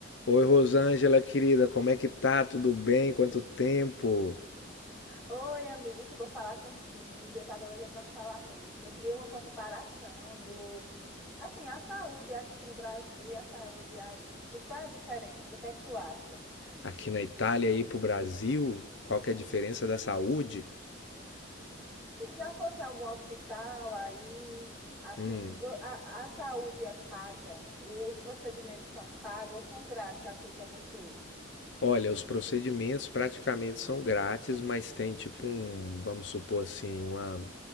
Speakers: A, on the left; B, in the centre.
A: Oi, Rosângela, querida, como é que tá? Tudo bem? Quanto tempo?
B: Oi, amigo, que bom falar contigo. Eu tava doida para falar mesmo. Eu queria uma comparação do, assim, a saúde aqui no Brasil e a saúde aí. Qu- Qual é a diferença? O que é que tu acha?
A: Aqui na Itália e pro Brasil? Qual que é a diferença da saúde?
B: Se já fosse em algum hospital aí, assim,
A: Hum.
B: vo- a, a saúde é paga? Os procedimentos são pagos ou são grátis aqui como o SUS?
A: Olha, os procedimentos praticamente são grátis, mas tem tipo um, vamos supor assim, uma,